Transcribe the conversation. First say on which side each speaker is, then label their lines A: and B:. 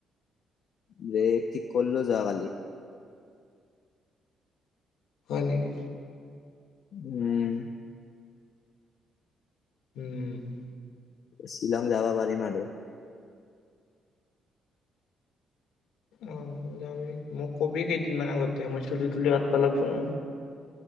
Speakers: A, on the left; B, on the left.
A: ব্ৰেক ঠিক কৰিলোঁ, যোৱা কালি।
B: হয় নেকি?
A: উম।
B: উম
A: শ্বিলং যাব পাৰিবা।
B: অ ওলাবি মোক কবি কেইদিন মান আগতে মই চুলি তুলি উাতব লাগব নহলি।